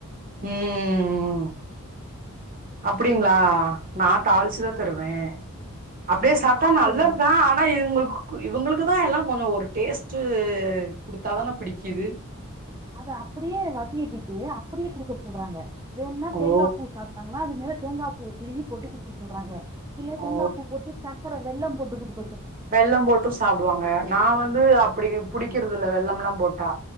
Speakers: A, on the right (about 40°); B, on the right (about 15°).
A: ம் அப்டிங்களா நா தாளிச்சுதா தருவே
B: அப்
A: அப்டியே
B: அஹ்
A: சாப்ட்டா
B: தாளிக்க
A: நல்லது
B: கூடாது
A: தா ஆனா இவுங்களுக்கு இவுங்குளுக்கு தா எல்லா கொஞ்சொ ஒரு டேஸ்ட்டு கொடுத்தாதானே பிடிக்குது
B: அத அப்டியே வகி கிட்டு அப்படியே கொடுக்க சொல்றாங்க வேண்ணா தேங்கா
A: ஓ
B: பூ சாப்ட்டாங்களா அது மேல தேங்கா பூ தூருவி போட்டு கொடுக்க சொல்றாங்க இல்ல தேங்காய்
A: ஓ
B: பூ போட்டு சக்கர வெள்ளம் போட்டு குடுக்
A: வெள்ளம் போட்டு சாப்பிடுவாங்க நா வந்து அப்படியே பிடிக்கிறது இல்ல வெள்ளம்லா போட்டா